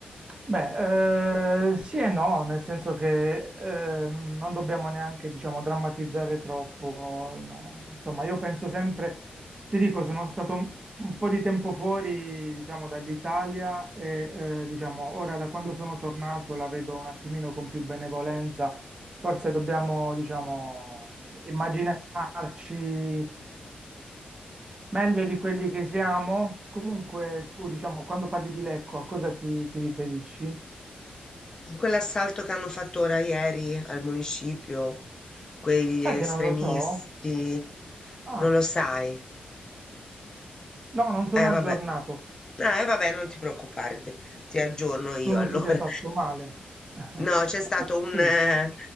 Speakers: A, on the right; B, on the left.
A: beh, eh, sì e no, nel senso che eh, non dobbiamo neanche, diciamo, drammatizzare troppo. no. Insomma, io penso sempre, ti dico, sono stato un, un po' di tempo fuori, diciamo, dall'Italia e, eh, diciamo, ora da quando sono tornato la vedo un attimino con più benevolenza. Forse dobbiamo, diciamo, immaginarci. Meglio di quelli che siamo? Comunque, tu, diciamo, quando parli di Lecco, a cosa ti, ti riferisci?
B: Quell'assalto che hanno fatto ora ieri al municipio, quegli
A: Sai
B: estremisti,
A: che non lo so? Ah,
B: non lo sai?
A: no, non sono
B: Eh,
A: aggiornato.
B: vabbè. Eh, vabbè, non ti preoccupare, ti, ti aggiorno io
A: Tu non
B: allora.
A: ti sei fatto male. <laughs>
B: No, c'è stato
A: Eh,
B: un,
A: Sì.
B: eh,